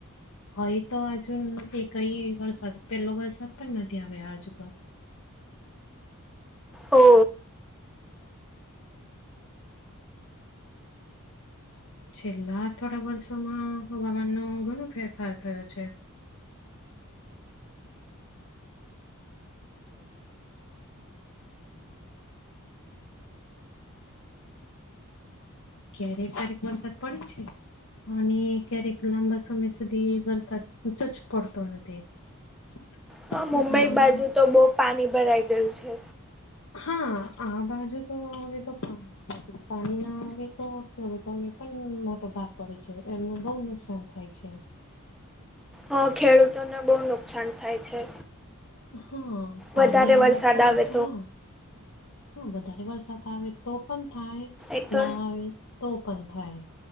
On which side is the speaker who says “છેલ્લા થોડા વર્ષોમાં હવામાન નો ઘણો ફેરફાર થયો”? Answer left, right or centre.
Left